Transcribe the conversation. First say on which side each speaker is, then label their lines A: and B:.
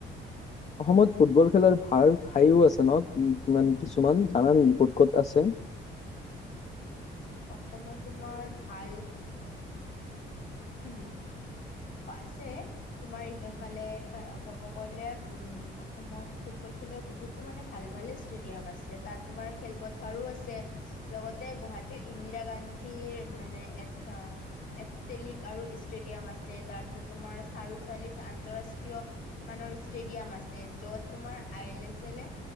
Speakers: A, on the left; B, on the left.
A: অসমত ফুটবল খেলাৰ ভাল ঠাইও আছে ন কি কিমান কিছুমান জানা নেকি ক'ত ক'ত আছে
B: অসমত তোমাৰ ভাল হুম। অ, আছে। তোমাৰ এইফালে ক'ব গলে উম, অসমত ফুটবল খেলৰ বহুত ত, মানে ভাল, ভাল ষ্টেডিয়াম আছে তাত তোমাৰ খেলপথাৰো আছে। লগতে গুৱাহাটীৰ ইন্দিৰা গান্ধীৰ মানে এটা এথলেটিক আৰু ষ্টেডিয়াম আছে। তাৰপিছত তোমাৰ চাৰোচল্লিছ আন্তঃৰাষ্ট্ৰীয় মানৰ ষ্টেডিয়াম আছে, য'ত তোমাৰ আই এল এছ এল এ-